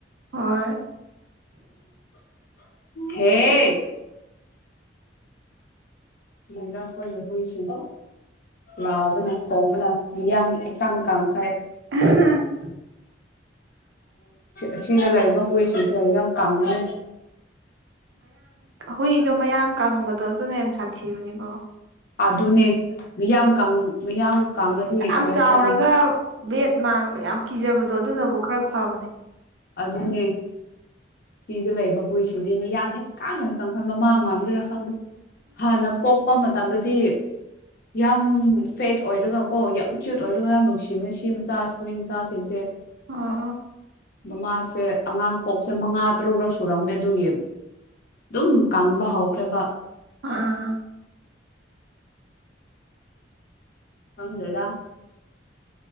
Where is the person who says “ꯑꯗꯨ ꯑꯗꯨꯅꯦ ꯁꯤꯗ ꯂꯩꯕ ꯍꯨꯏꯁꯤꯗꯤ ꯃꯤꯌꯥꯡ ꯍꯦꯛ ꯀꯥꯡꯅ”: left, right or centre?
Left